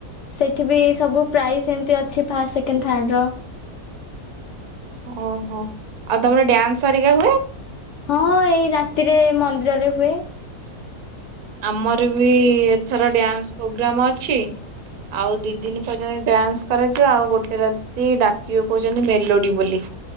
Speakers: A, on the left (about 65°); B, on the right (about 60°).
A: ସେଠି ବି ସବୁ ପ୍ରାଇସ୍ ଏମିତି ଅଛି ଫାଷ୍ଟ୍ ସେକେଣ୍ଡ୍ ଥାର୍ଡ୍ ର।
B: ଓହୋ ଆଉ ତମର ଡ୍ୟାନ୍ସ୍ ହେରିକା ହୁଏ?
A: ହଁ ଏଇ ରାତିରେ ମନ୍ଦିରରେ ହୁଏ।
B: ଆମର ବି ଏଥର ଡ୍ୟାନ୍ସ ପ୍ରୋଗ୍ରାମ ଅଛି ଆଉ ଦି ଦିନି ପର୍ଯ୍ୟନ୍ତ ଡ୍ୟାନ୍ସ କରାଯିବ ଆଉ ଗୋଟେ ରାତି ଡାକିବେ କହୁଛନ୍ତି ମେଲୋଡି ବୋଲି।